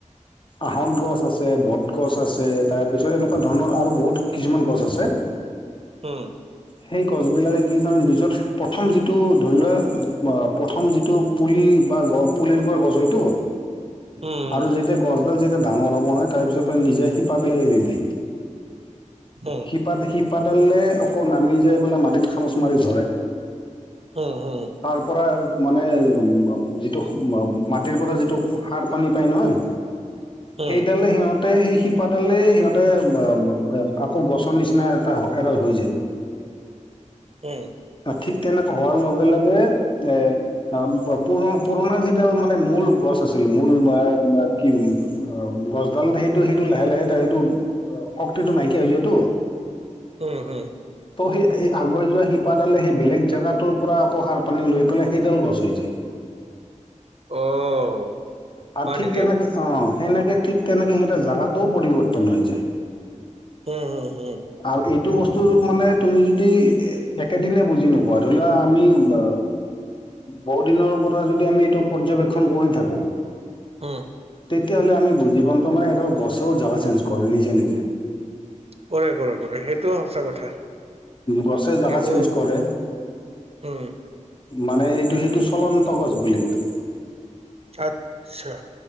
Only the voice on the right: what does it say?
উম
উম
উম
উম উম
উম
উম
হম হম।
অ'।
হয়
নেকি
উম হম হম।
অ'
কৰে কৰে কৰে সেইটোও সঁচা কথা।
সেইটো
উম
আচছা